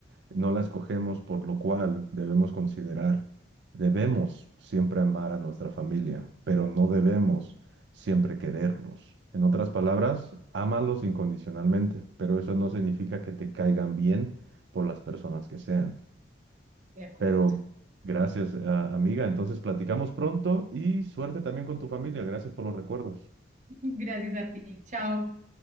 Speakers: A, on the right (about 75°); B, on the right (about 45°).
A: no la escogemos, por lo cual debemos considerar, debemos siempre amar a nuestra familia, pero no debemos siempre quererlos. En otras palabras, ámalos incondicionalmente, pero eso no significa que te caigan bien por las personas que sean.
B: De acuerdo.
A: Pero gracias, a- amiga. Entonces platicamos pronto y suerte también con tu familia. Gracias por los recuerdos.
B: <laughs> Gracias a ti. Chao.